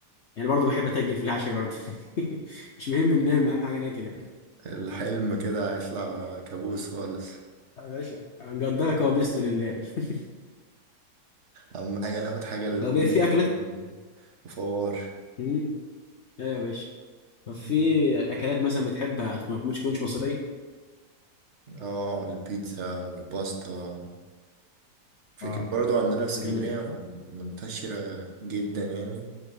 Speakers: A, on the left; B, on the right.
A: يعني برضه بحب اتاجل في العشاء برضه <laughs> مش مهم ننام اهم حاجه ناكل يعني
B: الحلم كده هيطلع كابوس خالص
A: يا باشا هنقضيها كوابيس طول الليل <laughs>
B: أهم حاجة ناخد حاجة للحموضة
A: طب إيه، في اكلات
B: و- وفوار
A: امم ايوه يا باشا طب في
B: مم.
A: اكلات مثلا بتحبها ما تكونش مصريه
B: اه البيتزا والباستا فكرة
A: اه
B: برضو عندنا في اسكندرية
A: ده جامد ده
B: من- منتشرة جدا يعني